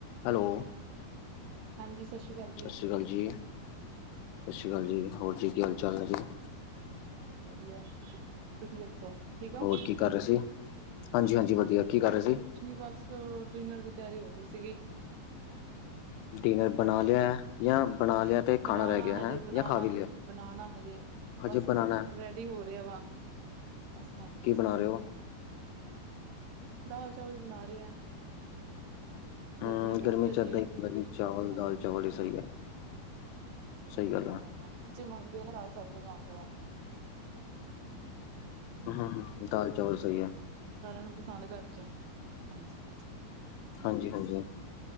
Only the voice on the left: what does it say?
Hello
ਸਤਿ ਸ੍ਰੀ ਕਾਲ ਜੀ, ਸਤਿ ਸ਼੍ਰੀ ਕਾਲ ਜੀ ਹੋਰ ਜੀ ਕੀ ਹਾਲ ਚਾਲ ਹੈ ਜੀ।
ਹੋਰ ਕੀ ਕਰ ਰਹੇ ਸੀ ਹਾਂਜੀ ਹਾਂਜੀ ਵਧੀਆ ਕੀ ਕਰ ਰਹੇ ਸੀ।
ਡਿਨਰ ਬਨਾ ਲਿਆ। ਜਾਂ ਬਣਾ ਲਿਆ ਤੇ ਖਾਣਾ
ਰਹਿ ਗਿਆ ਹੈ
ਜਾਂ ਖਾ ਵੀ ਲਿਆ
ਹਜੇ ਬਣਾਉਣਾ ਹੈ।
ਕੀ ਬਣਾ
ਰਹੇ ਹੋ
ਹਮ
ਚ ਏਦਾਂ
ਹੀ ਹੁੰਦਾ ਚਾਵਲ
ਦਾਲ ਚਾਵਲ ਹੀ ਸਹੀ ਹੈ ਸਹੀ ਗੱਲ ਹੈ
ਹੂੰ, ਹੂੰ ਦਾਲ ਚਾਵਲ ਸਹੀ ਆ।
ਹਾਂਜੀ- ਹਾਂਜੀ